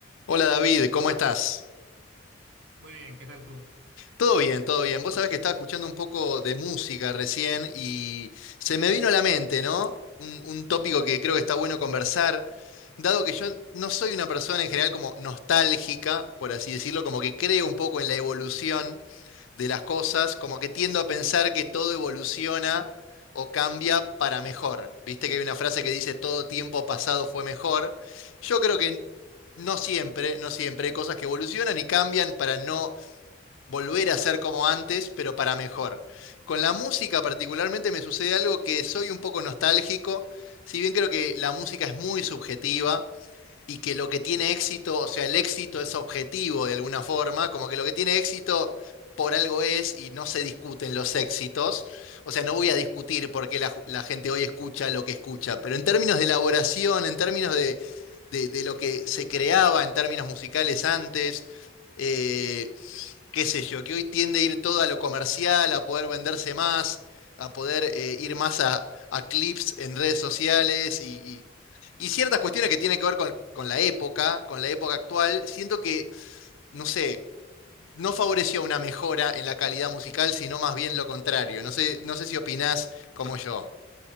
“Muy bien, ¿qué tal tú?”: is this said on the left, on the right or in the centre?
Right